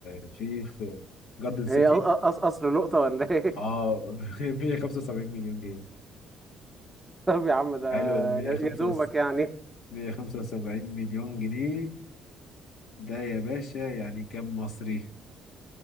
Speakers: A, on the left; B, on the right.
A: آه، في في جاردن سيتي
B: هي ق- ق- قصر لقطة ولا ايه
A: اه
B: <laughs>
A: <laughs> 175 مليون جنيه
B: طب يا عم ده
A: حلو 175
B: يا يا دوبك يعني
A: 175 مليون جنيه ده يا باشا يعني كم مصري